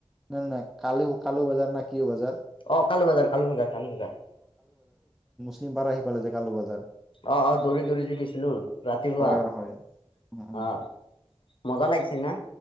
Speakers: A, in the centre; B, on the left.
A: নাই- নাই, কালি, কালু বাজাৰ ন কি বাজাৰ?
B: অ', কালু বাজাৰ কালু বাজাৰ কালু বাজাৰ
A: কিং পাৰা সেইফালে যে কালু বজাৰ।
B: অ', - অ', দৌৰি দৌৰি যে গৈছিলো ৰাতিপুৱা
A: হয়
B: অ',।
A: হয় উ উ
B: মজা লাগিছে না?